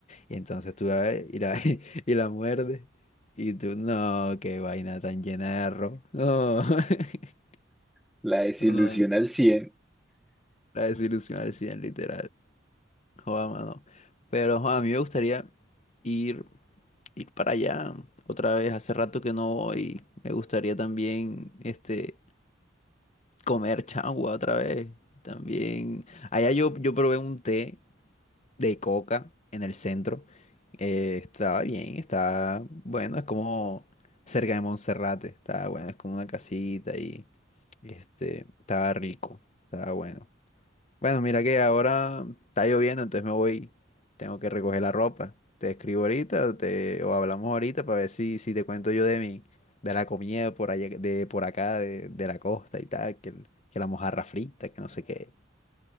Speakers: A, on the left; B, in the centre.
A: y entonces tú la ves y la, <laughs> y la muerdes. Y tú, no, qué vaina tan llena de arroz. No. <laughs>
B: <laughs> la desilusión
A: No,
B: al cien
A: La desilusión al 100, literal. Joda, mano. Pero joda, a mí me gustaría ir, ir para allá otra vez. Hace rato que no voy. Me gustaría también este, comer changua otra vez. También. Allá yo, yo probé un té de coca en el centro. Eh, estaba bien, estaba bueno, es como cerca de Monserrate, estaba bueno, es como una casita y este, estaba rico, estaba bueno. Bueno, mira que ahora está lloviendo, entonces me voy, tengo que recoger la ropa. Te escribo ahorita o, te, o hablamos ahorita para ver si, si te cuento yo de mi, de la comida por allá, de por acá, de, de la costa y tal, que, el- que la mojarra frita, que no sé qué.